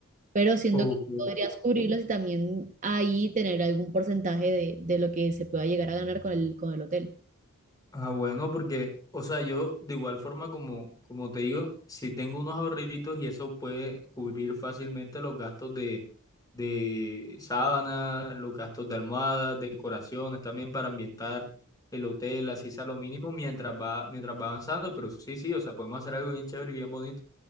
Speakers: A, on the right (about 35°); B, on the left (about 15°).
A: pero siendo
B: ok.
A: que podrías cubrirlos y también ahí tener algún porcentaje de, de lo que se pueda llegar a ganar con el, con el hotel.
B: Ah, bueno, porque, o sea, yo de igual forma como, como te digo, si tengo unos ahorritos y eso puede cubrir fácilmente los gastos de, de sábana, los gastos de almohadas, decoraciones, también para ambientar el hotel, así sea lo mínimo mientras va, mientras va avanzando, pero sí, sí, o sea, podemos hacer algo bien chévere y bien bonito.